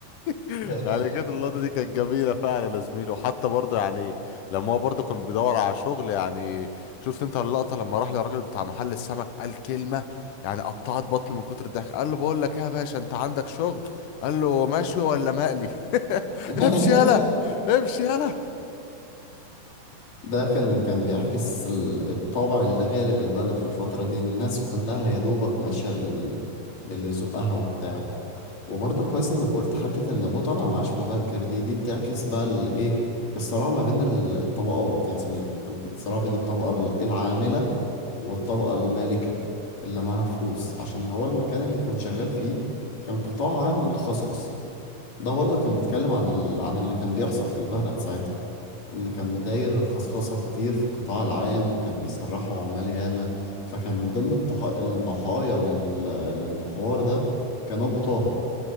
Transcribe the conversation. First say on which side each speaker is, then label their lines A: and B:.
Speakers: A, on the left (about 70°); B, on the left (about 50°).
A: <laughs>
B: فاهم
A: يعني
B: يعني
A: كانت اللقطة دي كانت جميلة فعلا يا زميلي وحتى برضه يعني لما هو برضه كان بيدور على شغل يعني شفت انت اللقطة لما راح للراجل بتاع محل السمك قال كلمة يعني قطعت بطني من كتر الضحك قال له بقول لك ايه يا باشا انت عندك شغل قال له مشوي ولا مقلي
B: <laughs>
A: <laughs> امشي يلا امشي يلا
B: ده كان كان بيعكس ال- الطابع اللي غالب البلد في الفترة دي الناس كلها يا دوبك ماشية بال... باللي يزقها وبتاع وبرضه كويس انك قلت حتة ان ابوه طالع معاش مبكر دي دي بتعكس بقى الايه الصراع ما بين ال- الطبقات يا زميلي الط- الصراع بين الطبقة ال- العاملة والطبقة المالكة اللي معاها فلوس عشان هو المكان اللي كان شغال فيه كان قطاع عام متخصص ده برضه كان بيتكلم عن ال... عن اللي كان بيحصل في البلد ساعتها ان كان داير خصخصة كتير في القطاع العام وكان بيسرحوا عمال ياما فكان من ضمن الضح- الضحايا لل... للحوار ده كان ابو طه